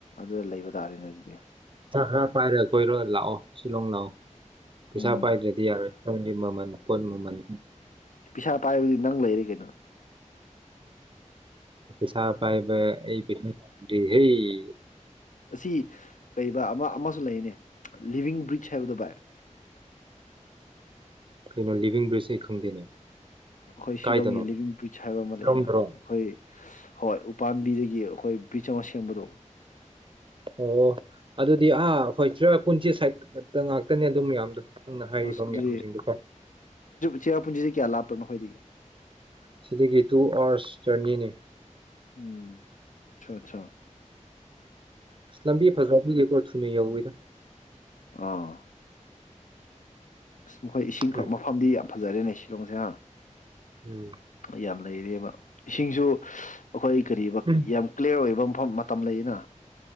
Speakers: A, on the left; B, on the right.
A: ꯑꯗꯨꯗ ꯂꯩꯕ ꯇꯥꯔꯦꯅꯦ ꯑꯗꯨꯗꯤ
B: ꯍꯥ ꯄꯥꯏꯔꯦ ꯀꯣꯏꯔꯣ ꯂꯥꯛꯑꯣ ꯁꯤꯂꯣꯡ ꯂꯥꯛꯑꯣ ꯄꯩꯁꯥ
A: ꯎꯝ
B: ꯄꯥꯏꯗ꯭ꯔꯗꯤ ꯌꯥꯔꯣꯏꯒꯤ ꯃꯃꯜ ꯄꯣꯠ ꯃꯃꯜ
A: ꯄꯩꯁꯥ ꯄꯥꯏꯕꯗꯤ ꯅꯪ ꯂꯩꯔꯦ ꯀꯩꯅꯣ
B: ꯆꯥ ꯄꯥꯏꯕ ꯄ ꯗꯦꯍꯜꯂꯤ
A: ꯑꯁꯤ ꯀ ꯑꯃ ꯑꯃꯁꯨ ꯂꯩꯅꯦ ꯂꯤꯚꯡ ꯕ꯭ꯔꯤꯖ ꯍꯥꯏꯕꯗꯨꯣ ꯚꯏ
B: ꯀꯩꯅꯣ ꯂꯤꯕꯤꯡ ꯕ꯭ꯔꯤꯖ ꯍ ꯈꯪꯗꯦꯅꯦ
A: ꯑꯩꯈꯣꯏ ꯁꯤꯂꯣꯡꯒꯤ
B: ꯀꯥꯏꯗꯅꯣ
A: ꯂꯤꯚꯡ ꯕ꯭ꯔꯤꯖ ꯍꯥꯏꯕ ꯑꯃ
B: ꯁꯤꯂꯣꯡꯗꯔꯣ
A: ꯂꯩꯌꯦꯅ ꯑꯩꯈꯣꯏ ꯍꯣꯏ ꯄꯥꯝꯕꯤꯗꯒꯤ ꯑꯩꯈꯣꯏ ꯕ꯭ꯔꯤꯖ ꯑꯃ ꯁꯦꯝꯕꯗꯣ
B: ꯑꯣ ꯑꯗꯨꯗꯤ ꯑꯥ ꯍꯣꯏ ꯆ ꯄꯨꯟꯁꯤ ꯁꯥꯏꯗ ꯉꯥꯛꯇꯅꯦ ꯑꯗꯨꯝ ꯃꯌꯥꯝꯗꯣ ꯅꯪꯅ ꯍꯥꯏꯔꯤꯕ
A: ꯑꯁ ꯑꯗꯨꯗꯤ
B: ꯃꯌꯥꯝꯁꯤꯡꯗꯨꯀꯣ
A: ꯆꯦꯔ ꯄꯨꯟꯁꯤꯁꯤ ꯀꯌꯥ ꯂꯥꯞꯄ ꯎꯄꯍꯗꯒꯦ
B: ꯁꯤꯗꯒꯤ ꯇꯨ ꯑꯥꯋꯥꯔꯁ ꯖꯔꯅꯤꯅꯤ
A: ꯎꯝ ꯑꯆꯥ ꯑꯆꯥꯥ
B: ꯏꯁ ꯂꯝꯕꯤ ꯐꯖꯜ ꯑꯗꯨꯂꯀꯣ ꯊꯨꯅꯤ ꯌꯧꯋꯤꯗ
A: ꯑꯥ ꯑ ꯃꯈꯣꯏ ꯏꯁꯤꯡ
B: ꯎꯝ
A: ꯐꯛ ꯃꯐꯝꯗꯤ ꯌꯥꯝ ꯐꯖꯔꯦꯅꯦ ꯁꯤꯂꯣꯡꯁꯦ ꯑꯪ
B: ꯎꯝ
A: ꯌꯥꯝ ꯂꯩꯔꯦꯕ ꯏꯁꯤꯡꯁꯨ ꯑꯩꯈꯣꯏ ꯀ
B: ꯎꯝ.
A: ꯌꯥꯝ ꯀ꯭ꯂꯤꯌꯥꯔ ꯑꯣꯏꯕ ꯃꯐꯝ ꯃꯇꯝ ꯂꯩꯅ